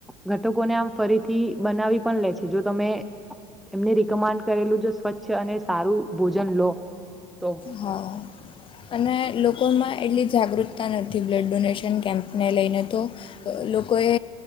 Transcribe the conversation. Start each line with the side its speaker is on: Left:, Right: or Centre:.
Centre: ઘટકોને આમ ફરી થી બનાવી પણ લે છે જો તમે એમને રિકમાન્ડ કરેલું જો સ્વચ્છ અને સારું ભોજન લો તો
Left: હા. અને લોકોમાં એટલી જાગૃતતા નથી બ્લડ ડોનેશન કેમ્પને લઈને તો. લોકોએ